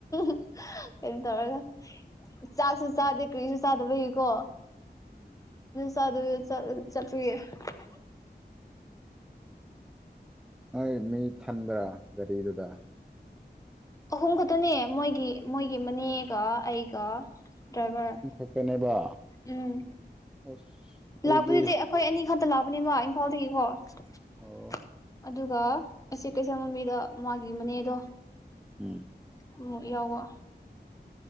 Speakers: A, on the left; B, in the centre.
A: <unintelligible> ꯀꯩꯅꯣ ꯇꯧꯔꯒ ꯆꯥꯛꯁꯨ ꯆꯥꯗꯦ ꯀ꯭ꯔꯤꯁꯨ ꯆꯥꯗꯕꯒꯤꯀꯣ
B: ꯎꯝ
A: ꯆꯥꯗꯕꯤꯗ ꯆꯠꯂꯒ ꯆꯞ <unintelligible>
B: ꯅꯣꯏ ꯃꯤ ꯊꯟꯕ꯭ꯔꯥ꯫ ꯒꯔꯤꯗꯨꯗ
A: ꯑꯍꯨꯝ ꯈꯛꯇꯅꯦ ꯃꯣꯏꯒꯤ-ꯃꯣꯏꯒꯤ ꯃꯅꯦꯒ ꯑꯩꯒꯥ ꯗ꯭ꯔꯥꯏꯕꯔ
B: ꯈꯛꯇꯅꯦꯕ
A: ꯎꯝ
B: ꯑꯁ ꯑꯗꯨꯗꯤ
A: ꯂꯥꯛꯄꯗꯨꯗꯤ ꯑꯩꯈꯣꯏ ꯑꯅꯤ ꯈꯛ ꯇ ꯂꯥꯛꯄꯅꯦꯕꯥ ꯏꯝꯐꯥꯜꯗꯒꯤꯀꯣ <inaudible>
B: ꯑꯣ
A: ꯑꯗꯨꯒ ꯑꯁꯤ ꯀꯩꯁꯥ ꯃꯕꯤꯗ ꯃꯥꯒꯤ ꯃꯅꯦꯗꯣ
B: ꯎꯝ
A: ꯑꯃꯨꯛ ꯌꯥꯎꯕ꯫